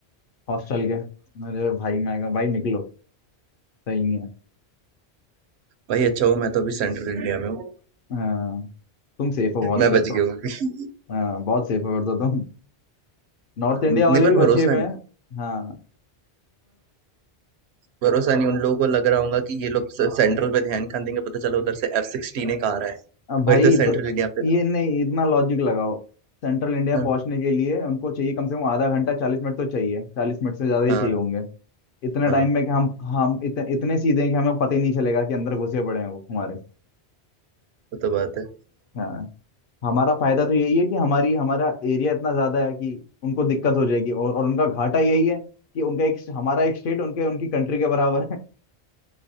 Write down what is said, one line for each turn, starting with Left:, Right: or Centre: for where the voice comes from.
Left: हॉस्टल के अरे भाई मैं कहा भाई निकलो सही नहीं है
Right: भाई अच्छा हो मैं तो अभी सेंट्रल इंडिया में हूँ
Left: हाँ, तुम सेफ हो बहुत
Right: मैं
Left: फिर
Right: बच
Left: तो
Right: गया हूँ
Left: हाँ, बहुत सेफ हो फिर तो तुम नॉर्थ
Right: <laughs>
Left: इंडिया
Right: नहीं
Left: वाले
Right: पर
Left: भी बचे
Right: भरोसा
Left: हुए
Right: नहीं
Left: हैं हाँ
Right: भरोसा नहीं उन लोगों को लग रहा होगा कि ये लोग से- सेंट्रल पे ध्यान कहाँ देंगे पता चला उधर से एफ सिक्सटीन एक आ रहा है
Left: अब भाई
Right: और इधर सेंट्रल
Left: तो
Right: इंडिया पे
Left: ये नहीं इतना लॉजिक लगाओ सेंट्रल इंडिया
Right: हाँ
Left: पहुंचने के लिए उनको चाहिए कम से कम आधा घंटा चालीस मिनट तो चाहिए चालीस मिनट से ज्यादा ही
Right: हाँ
Left: चाहिए होंगे इतने
Right: हाँ
Left: टाइम में कि हम हम इत, इतने सीधे हैं कि हमें पता ही नहीं चलेगा कि अंदर घुसे पड़े हैं वो हमारे
Right: वो तो बात है
Left: हाँ हमारा फायदा तो यही है कि हमारी हमारा एरिया इतना ज्यादा है कि उनको दिक्कत हो जाएगी और, और उनका घाटा यही है कि उनका एक हमारा एक स्टेट उनके उनकी कंट्री के बराबर